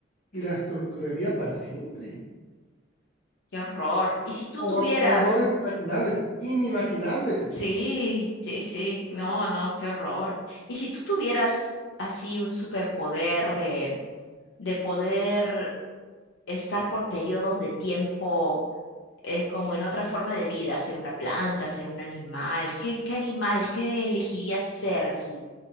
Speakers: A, on the left (about 45°); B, on the left (about 75°).
A: y las torturaría para siempre.
B: Qué horror. Y si tú
A: Hor-
B: tuvieras.
A: horrores imaginables, inimaginables.
B: Sí, sí, sí. No, no, qué horror. Y si tú tuvieras así un superpoder de, de poder estar por periodos de tiempo. eh, como en otra forma de vida, ser una planta, ser un animal. ¿Qué, qué animal, qué elegirías ser así?